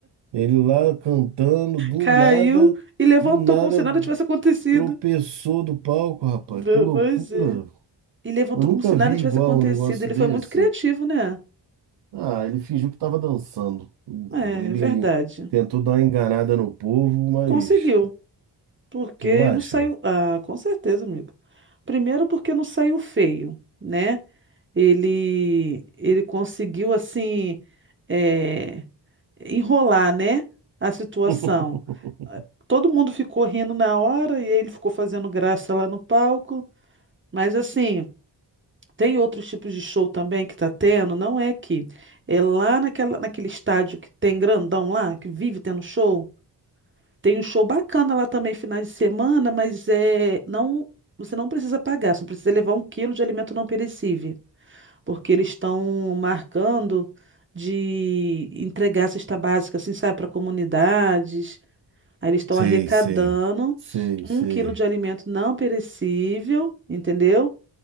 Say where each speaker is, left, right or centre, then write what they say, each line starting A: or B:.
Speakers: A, on the right (about 70°); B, on the right (about 25°).
A: Ele lá cantando, do
B: Caiu
A: nada,
B: e levantou
A: do nada
B: como se nada tivesse acontecido.
A: tropeçou do palco, rapaz.
B: Ve-
A: Que loucura.
B: Pois é. E levantou
A: Eu nunca
B: como se nada
A: vi
B: tivesse
A: igual
B: acontecido.
A: um negócio
B: Ele
A: desse.
B: foi muito criativo, né?
A: Ah, ele fingiu que estava dançando.
B: É,
A: Ele
B: é verdade.
A: tentou dar uma enganada no povo, mas
B: Conseguiu. Porque
A: tu acha?
B: não saiu. Ah, com certeza, amigo. Primeiro, porque não saiu feio, né? Ele, ele conseguiu, assim, é, enrolar, né? A situação.
A: <laughs>
B: Ah, Todo mundo ficou rindo na hora e ele ficou fazendo graça lá no palco. Mas, assim. Tem outros tipos de show também que tá tendo, não é aqui. É lá naquela, naquele estádio que tem grandão lá, que vive tendo show. Tem um show bacana lá também, finais de semana, mas é não, você não precisa pagar, só precisa levar um quilo de alimento não perecível, porque eles estão marcando de entregar cesta básica, assim, sabe, para comunidades. Aí eles estão
A: Sei,
B: arrecadando
A: sei, sei,
B: um
A: sei.
B: quilo de alimento não perecível, entendeu?